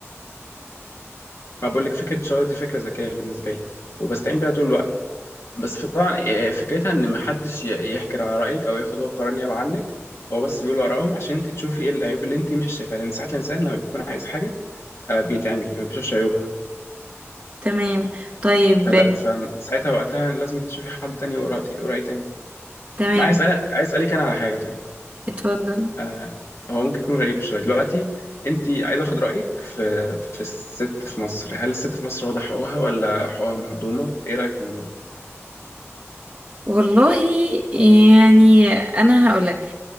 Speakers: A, on the left; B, on the right.
A: ما بقول لك فكره الشغل دي فكره ذكيه بالنسبه لي وبستعين بيها طول الوقت بس طبعا آه، فكرتها ان محدش ي- يحكي على رايك او ياخد هو قرار نيابه عنك هو بس بيقول وراهم عشان انت تشوفي ايه العيوب اللي انت مش شايفاها لان ساعات الانسان لما بيكون عايز حاجه آه، بيتعمي ما بيشوفش عيوبها
B: تمام طيب
A: فلا فساعتها وقتها لازم تشوفي حد تاني يقرا يقرا ايه تاني
B: تمام
A: ما عايز اسالك عايز اسالك انا على حاجه طيب
B: اتفضل
A: آه، هو ممكن يكون غريب شويه دلوقتي انت عايز اخد رايك في في الست في مصر هل الست في مصر واضح حقوقها ولا حقوقها مهضومه ايه رايك في الموضوع
B: والله يعني انا هقول لك